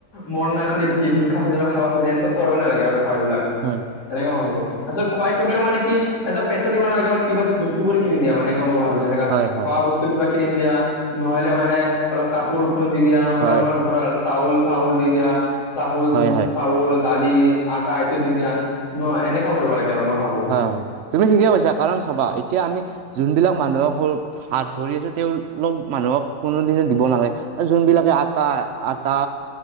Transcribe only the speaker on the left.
মন নাই খালি ভিক্ষা খোজি পেলাই খাব খোজে এহেতক কৰিব নালাগে আৰু খোৱা বিলাক।
এনেকুৱা ভাবো তাৰ পিছত খুৱাই কৰি পেলাই মানে কি এ পেচা দিব নালাগে মানে কিবা বস্তু বোৰ কিনি দিয়া মানে মই ভাবো যেনেকা
খোৱা বস্তু কিবা কিনি দিয়া। নহলে মানে অলপ কাপোৰ খুন্দ দি দিয়া নহলে
আমাৰ ঘৰৰ চাউল চাউল দি দিয়া। চাহল
চাউল দালি আটা ইটো দি দিয়া ন এনেকুৱা কৰিব লাগে আৰু মই ভাবো।